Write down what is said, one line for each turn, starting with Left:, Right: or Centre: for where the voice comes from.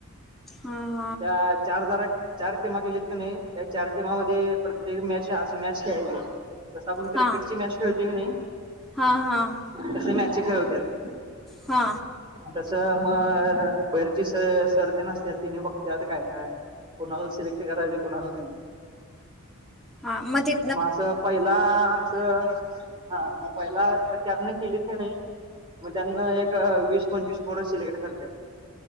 Centre: हा.
Right: त्या चार जणा, चार टीमा केलीत कनी, त्या चार टीमामध्ये प्रत्येक मॅच मॅच खेळायच, जस आपण क्रिकेटची
Centre: हां हां
Right: मॅच खेळतोय किनाई
Centre: हां हां
Right: तशी मॅचे खेळवत्यात.
Centre: हा
Right: तस मग बहेरची स सर तेन असत्यात तेनि बघत्यात काय काय कुणाला सिलेक्ट करायच कुणाला नाही.
Centre: हा मग ते
Right: मग असं पहिला, असं, हा मग पहिला प त्यातन केलीस काय नाही मग त्यातन, एक वीस पंचवीस पोर सिलेक्ट करत्यात